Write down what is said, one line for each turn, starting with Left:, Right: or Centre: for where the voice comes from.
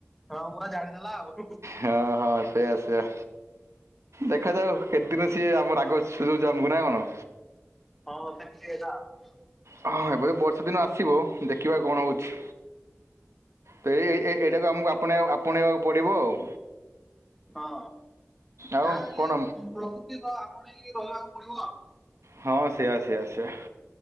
Centre: ହଁ ପୁରା ଝାଡ଼ିଦେଲା ଆଉ।
Right: ହଁ ହଁ ସେଇଆ ସେଇଆ ଦେଖାଯାଉ କେତେ ଦିନ ସିଏ ଆମର ରାଗ ସୁଯୋଉଛି ଆମକୁ ନା କଣ?
Centre: ହଁ <unintelligible>
Right: ହଁ ଏବେ ବର୍ଷା ଦିନ ଆସିବ ଦେଖିବା କଣ ହଉଛି। ତ ଏ ଏଇଟାକୁ ଆମକୁ ଆପଣେଇକୁ ଆପଣେଇବାକୁ ପଡ଼ିବ ଆଉ।
Centre: ହଁ
Right: ଆଉ
Centre: ଯାହାହେଲେ
Right: କ'ଣ
Centre: ପ୍ରକୃତି ତ ଆପଣେଇ ରହିବାକୁ ପଡିବ ଆଉ।
Right: ହଁ ସେୟା ସେୟା ସେୟା।